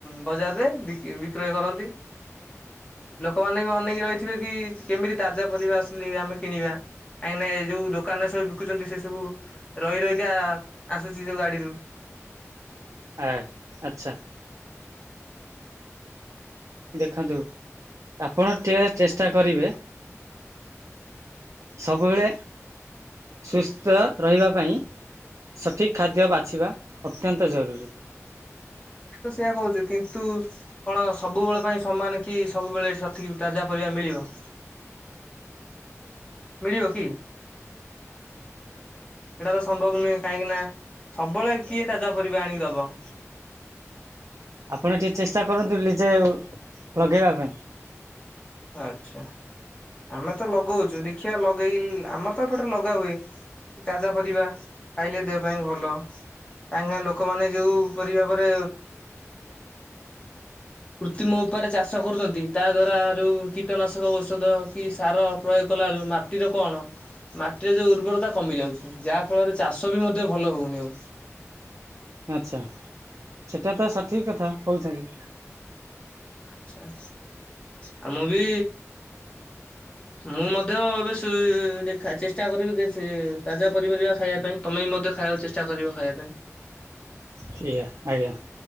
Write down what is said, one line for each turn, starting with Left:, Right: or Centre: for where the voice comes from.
Left: ବଜାରରେ ବି-ବିକ୍ରୟ କରନ୍ତି। ଲୋକମାନେ ବି ଅନେଇକି ରହିଥିବେ କି, କେମିତି ତାଜା ପରିବା ଆସିଲେ ଆମେ କିଣିବା। କାହିଁ କିନା ଏ ଯୋଉ ଦୋକାନରେ ସବୁ ବିକୁଛନ୍ତି ସେ ସବୁ ରହି ରହିକା ଆସୁଛି ଯୋଉ ଗାଡିରୁ।
Right: ଆ, ଆଚ୍ଛା। ଦେଖନ୍ତୁ ଆପଣ ଟିଏ ଚେଷ୍ଟା କରିବେ। ସବୁବେଳେ ସୁସ୍ଥ ରହିବା ପାଇଁ ସଠିକ୍ ଖାଦ୍ୟ ବାଛିବା ଅତ୍ୟନ୍ତ ଜରୁରୀ।
Left: ଆମେ ତ ସେଇଆ କହୁଛୁ, କିନ୍ତୁ କଣ ସବୁବେଳେ ପାଇଁ ସମାନ କି ସବୁବେଳେ ସଠିକ୍ ତାଜା ପରିବା ମିଳିବ। ମିଳିବ କି? ସେଇଟା ତ ସମ୍ଭବ ନୁହେଁ। କାହିଁକି ନା ସବୁବେଳେ କିଏ ତାଜା ପରିବା ଆଣିକି ଦବ।
Right: ଆପଣ ଟିକେ ଚେଷ୍ଟା କରନ୍ତୁ, ନିଜେ ଲଗେଇବା ପାଇଁ।
Left: ଆଚ୍ଛା। ଆମେ ତ ଲଗୋଚୁ ଦେଖିବା ଲଗେଇ ଆମର ତ ପଟରେ ଲଗା ହୁଏ। ତାଜା ପରିବା ଖାଇଲେ ଦେହ ପାଇଁ ଭଲ। କାହିଁକିନା ଲୋକମାନେ ଯଉ ପରିବା ପରେ କୃତ୍ରିମ ଉପରେ ଚାଷ କରୁଛନ୍ତି। ତା ଦ୍ଵାରା ଯୋଉ କୀଟନାଶକ ଔଷଧ କି ସାର ପ୍ରୟୋଗ କଲାବେଳକୁ ମାଟିର କଣ? ମାଟିରେ ଯେଉଁ ଉର୍ବରତା କମି ଯାଉଛି। ଯାହାଫଳରେ ଚାଷ ବି ମଧ୍ୟ ଭଲ ହଉନି ଆଉ।
Right: ଆଚ୍ଛା ସେଟା ତ ସଠିକ୍ କଥା କହୁଛନ୍ତି।
Left: ଆଛା ଆଛା। ମୁଁ ବି ମୁଁ ମଧ୍ୟ ଏବେ ସେ-ଦେଖା ଚେଷ୍ଟା କରିବି କି ତାଜା ପିନିପରିବା ଖାଇବା ପାଇଁ। ତମେ ବି ମଧ୍ୟ ଖା ଉ ଚେଷ୍ଟା କରିବ ଖାଇବା ପାଇଁ।
Right: ଠିକ୍ ଆଜ୍ଞା